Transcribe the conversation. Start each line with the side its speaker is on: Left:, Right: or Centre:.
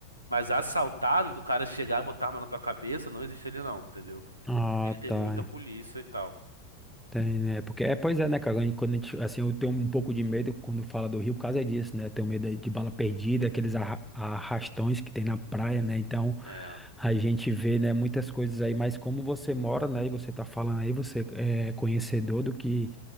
Right: Mas assaltado, do cara chegar e botar arma na tua cabeça, não existe ele não, entendeu?
Centre: Ah,
Right: Ele tem
Centre: tá.
Right: muita polícia e tal.
Centre: Tem, né? Porque, é, pois é, né, cara? E Quando a gente, assim, eu tenho um pouco de medo quando fala do Rio, por causa disso, né? Eu tenho medo aí de bala perdida, aqueles arra- arrastões que tem na praia, né? Então,
Right: É.
Centre: a gente vê, né, muitas coisas aí, mas como você mora, né, e você tá falando aí, você é conhecedor do que